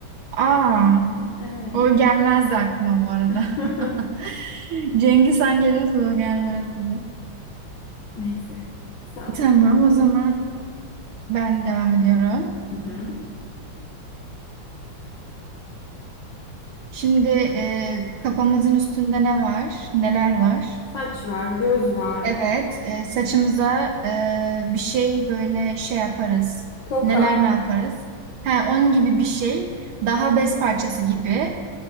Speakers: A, on the right (about 80°); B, on the left (about 65°).
A: Aa,
B: Met- Evet.
A: o gelmezdi aklıma bu arada.
B: <laughs>
A: <laughs> Cengiz Han gelirdi de o gelmezdi.
B: Neyse. Salko.
A: Tamam o zaman ben devam ediyorum.
B: Hı hı.
A: Şimdi e, kafamızın üstünde ne var? Neler var?
B: Saç var, göz var,
A: Evet, e, saçımıza e, bir şey böyle şey yaparız.
B: toka,
A: Neler ne yaparız? Ha, onun gibi bir şey. Daha bez parçası gibi.